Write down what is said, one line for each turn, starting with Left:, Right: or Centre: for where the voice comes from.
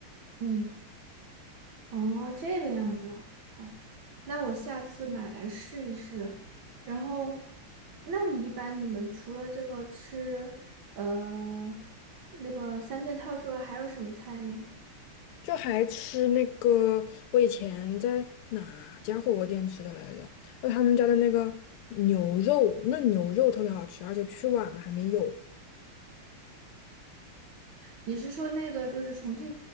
Right: 嗯，哦，这个样子啊，好，那我下次买来试一试。然后，那你一般你们除了这个吃，呃，那个三件套之外，还有什么菜呢？
Left: 就还吃那个，我以前在哪家火锅店吃的来着？呃，他们家的那个牛肉，嫩牛肉特别好吃，而且去晚了还没有。
Right: 你是说那个就是重庆